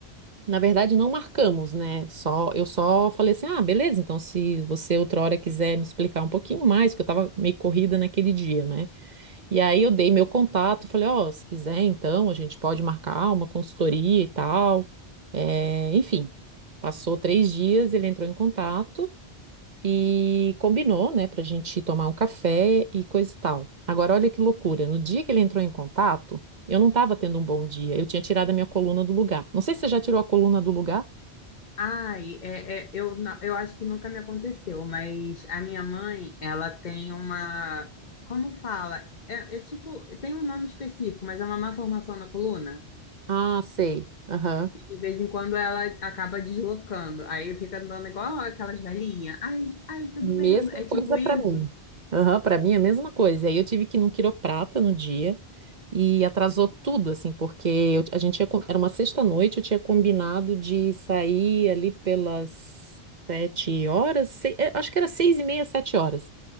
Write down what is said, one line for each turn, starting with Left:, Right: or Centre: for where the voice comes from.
Right: Na verdade, não marcamos, né? Só, eu só falei assim: ah, beleza, então se você outra hora quiser me explicar um pouquinho mais, porque eu tava meio corrida naquele dia, né? E aí eu dei meu contato, falei: ó, se quiser, então a gente pode marcar uma consultoria e tal. É, enfim, passou três dias, ele entrou em contato e combinou, né, pra gente tomar um café e coisa e tal. Agora, olha que loucura: no dia que ele entrou em contato, eu não tava tendo um bom dia, eu tinha tirado a minha coluna do lugar. Não sei se você já tirou a coluna do lugar.
Left: Ai, é, é, eu, não- eu acho que nunca me aconteceu, mas a minha mãe, ela tem uma. Como fala? É, é tipo, tem um nome específico, mas é uma má formação na coluna.
Right: Ah, sei. Aham.
Left: E de vez em quando ela acaba deslocando. Aí fica andando igual aquelas velhinhas. Ai, ai, tá
Right: Mesma
Left: doendo. É
Right: coisa
Left: tipo isso.
Right: para mim. Aham, para mim é a mesma coisa. E Aí eu tive que ir num quiroprata no dia e atrasou tudo, assim, porque eu- a gente tinha, com- era uma sexta-noite, eu tinha combinado de sair ali pelas sete horas, sei- é, acho que era seis e meia, sete horas.